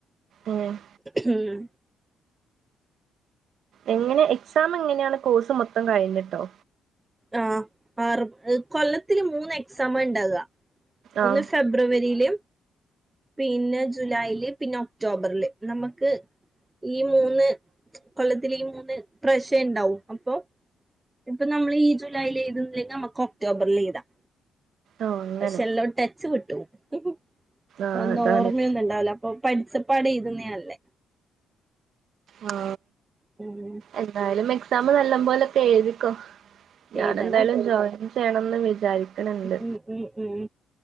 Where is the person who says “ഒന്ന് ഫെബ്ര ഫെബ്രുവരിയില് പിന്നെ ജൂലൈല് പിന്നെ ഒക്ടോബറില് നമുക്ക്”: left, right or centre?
Right